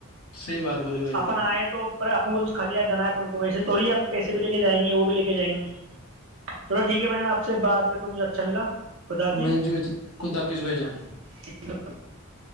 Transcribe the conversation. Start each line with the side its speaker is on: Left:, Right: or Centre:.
Left: صحیح بات بولی بھائی جان
Right: اپن
Left: آپ
Right: آئے
Left: نے
Right: تو پر اپن کو کھل لیا جانا ہے اپ کو <unintelligible> تو اییسے تھوڑی آپ پیسے بھی لے کے جائیں گے وہ بھی لے کے جائیں گے چو ٹھیک ہے بھائی جان آپ بات کر کے مجھے اچھا ملا خدا حافظ
Left: میل جی ب خود آپس بھائی جان
Right: ہ <unintelligible>